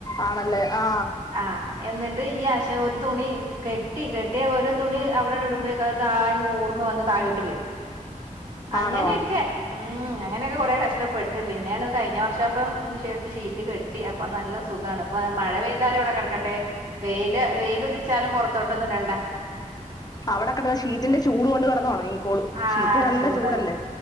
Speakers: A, on the left; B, on the right.
A: ആണല്ലേ ആ
B: ആഹ്, എന്നിട്ട് ഈ ആശ ഒരു തുണി കെട്ടി കെട്ടി കെട്ടി ഒരു തുണി അവിടെ ഇടുമ്പോയേക്ക്‌, താഴ്ന്ന് ഊർന്ന് വന്ന് താഴോട്ട് വീഴും. അങ്ങനെയൊക്കെ,
A: ആണോ
B: ഉം അങ്ങനെയൊക്കെ കൊറെ കഷ്ടപ്പെട്ടു. ട്ട്, പിന്നാണ് കഴിഞ്ഞ വർഷം അപ്പം ഷെഡ് ഷീ ഷീറ്റ് കെട്ടി. അപ്പൊ നല്ല സുഖമാണ്. ഇപ്പൊ മഴ പെയ്താലും അവിടെ കിടക്കട്ടെ, വെയിൽ വെയിലുതിച്ചാലും പുറത്ത്. തൊട്ടന്ന് ഇടെണ്ടാ.
A: അവിടെ കിടന്ന ഷീറ്റിന്റെ ചൂട് കൊണ്ട് കിടന്നുണങ്ങികോളും.
B: ആഹ്
A: ഷീറ്റ് നല്ല
B: ചൂടാണ്
A: ചൂടല്ലേ?